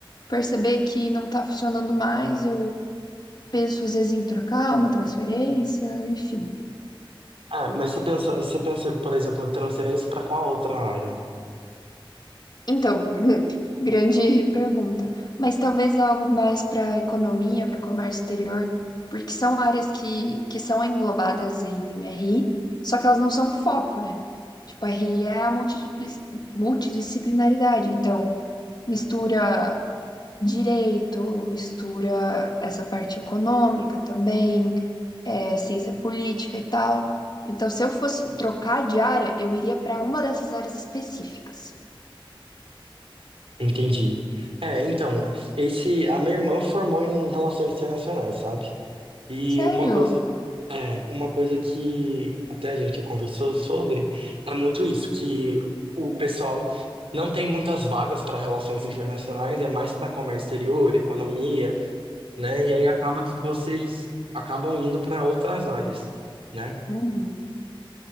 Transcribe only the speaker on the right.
É, mas você pensa, você pensa, por exemplo, transferência para qual outra área?
Entendi. É, então, esse, a minha irmã formou em relações internacionais, sabe? E
uma coisa, é, uma coisa que até a gente já conversou sobre é muito isso, que o pessoal não tem muitas vagas para relações internacionais, é mais para comércio exterior, economia, né? E aí acaba que vocês acabam indo para outras áreas, né?